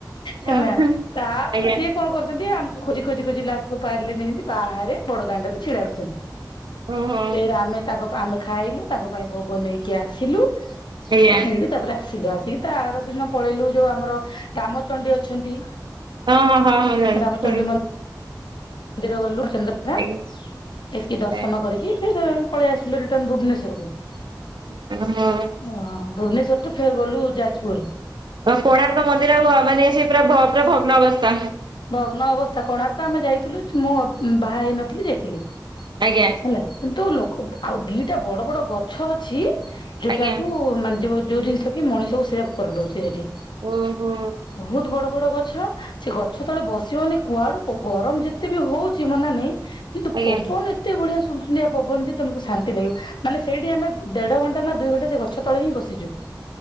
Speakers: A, on the left; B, on the right.
A: ହେଲା,
B: ଆଉ
A: ତା'ପରେ
B: ଆଜ୍ଞା
A: ସିଏ କଣ କରୁଛନ୍ତି? ଆମକୁ ଖୋଜି ଖୋଜି ଖୋଜି ଲାଷ୍ଟକୁ ପାରଲେନି ଯିଁତି, ବାହାରେ ବଡ ଦାଣ୍ଡରେ ଛିଡା ଉଠିଛନ୍ତି।
B: ଓହୋ
A: ଫେରେ, ଆମେ ତାଙ୍କ ପା, ଆମେ ଖାଇଲୁ ତାଙ୍କ ପାଇଁ ଭୋଗ ନେଇକି ଆସିଲୁ।
B: ଆଜ୍ଞା
A: ଏଇଠି ତା'ପରେ ଆସିଲୁ। ଆସିକି ତା ଆର ଦିନ ପଳେଇଲୁ, ଯୋଉ ଆମର ରାମଚଣ୍ଡୀ ଅଛନ୍ତି।
B: ହଁ, ହଁ, ହଁ, ହଁ, ଜାଣିଛିି
A: ରାମଚଣ୍ଡୀ
B: ଶୁଣିଛି।
A: ମନ୍ଦିର ଗଲୁ ଚନ୍ଦ୍ରଭାଗା,
B: ଆଜ୍ଞା
A: ଏତିକି ଦର୍ଶନ
B: ଆଜ୍ଞା
A: କରିକି <unintelligible> ପଳେଇ ଆସିଲୁ ରିଟର୍ନ ଭୁବନେଶ୍ୱର କୁ। ଅଁ,
B: ଓହୋ
A: ଭୁବନେଶ୍ୱର ଠୁ ଫେର୍ ଗଲୁ ଯାଜପୁର।
B: ହ କୋଣାର୍କ ମନ୍ଦିର ଆଉ ମାନେ ସେ, ପୁରା ଭ ପୁରା ଭଗ୍ନ ଅବସ୍ଥା।
A: ଭଗ୍ନ ଅବସ୍ଥା କୋଣାର୍କ ଆମେ ଯାଇଥିଲୁ, ମୁଁ ବାହା ହେଇନଥିଲି ଯାଇଥିଲି।
B: ଆଜ୍ଞା।
A: ହେଲା। କିନ୍ତୁ, ଲୋକ ଆଉ ଦିଟା ବଡ ବଡ ଗଛ ଅଛି ଯୋଉଟାକୁ
B: ଆଜ୍ଞା
A: ମାନେ ଯଉ ଯଉ ଜିନିଷ କି ମଣିଷକୁ ସେଭ୍ କରିଦେଉଛି, ସେଠି।
B: ଓହୋ।
A: ବହୁତ ବଡ ବଡ ଗଛ ସେ ଗ ସେତେବେଳେ ବସି ବନି କୁଆଡୁ ଗରମ ଯେତେ ବି ହଉଛି ମାନେ ନାଇଁ କିନ୍ତୁ,
B: ଆଜ୍ଞା
A: ପବନ ଏତ୍ ଏତେ ବଢିଆ ସୁଲସୁଲିଆ ପବନ ଯେ ତମକୁ ଶାନ୍ତି ଲାଗିବ। ମାନେ ସେଇଟି ଆମେ ଦେଢଘଣ୍ଟା ନା ଦୁଇ ଘଣ୍ଟା ସେ ଗ ଗଛ ତଳେ ହି ବସିଛୁ।